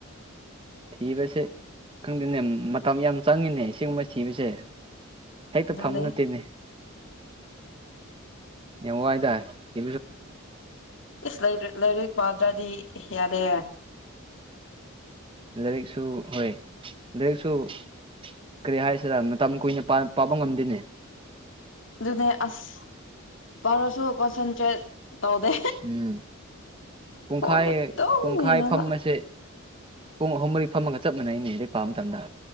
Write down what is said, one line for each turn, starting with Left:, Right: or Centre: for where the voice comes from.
Right: ꯊꯤꯕꯁꯦ ꯈꯪꯗꯦꯅꯦ ꯃꯇꯝ ꯌꯥꯝ ꯆꯪꯉꯤꯅꯦ ꯑꯁꯤꯡꯒꯨꯝꯕ ꯊꯤꯕꯁꯦ ꯍꯦꯛꯇ
Left: ꯑꯗꯨꯅꯦ
Right: ꯐꯪꯕ ꯅꯠꯇꯦꯅꯤ ꯌꯥꯝ ꯋꯥꯏꯗ <inaudible>
Left: ꯏꯁ ꯂꯥꯏꯔꯤꯛ ꯂꯥꯏꯔꯤꯛ ꯄꯥꯗꯔꯥꯗꯤ ꯌꯥꯗꯦ
Right: ꯂꯥꯏꯔꯤꯛꯁꯨ ꯍꯣꯏ ꯂꯥꯏꯔꯤꯛꯁꯨ ꯀꯔꯤ ꯍꯥꯏꯁꯤꯔ ꯃꯇꯝ ꯀꯨꯏꯅ ꯄꯥꯕ ꯉꯝꯗꯦꯅꯦ
Left: ꯑꯗꯨꯅꯦ ꯑꯁ ꯐꯔꯁꯨ ꯀꯣꯟꯁꯦꯟꯇ꯭ꯔꯦꯠ ꯇꯧꯗꯦ
Right: ꯎꯝ ꯄꯨꯡꯈꯥꯏ
Left: ꯐꯣꯟꯗ ꯑꯗꯨꯝ
Right: ꯄꯨꯡꯈꯥꯏ
Left: ꯌꯦꯡꯉꯦꯕ
Right: ꯐꯝꯕꯥꯁꯦ ꯄꯨꯡ ꯑꯍꯨꯝ ꯃꯔꯤ ꯐꯝꯃꯒ ꯆꯞ ꯃꯅꯩꯅꯦ ꯂꯥꯏꯔꯤꯛ ꯄꯥꯕꯗ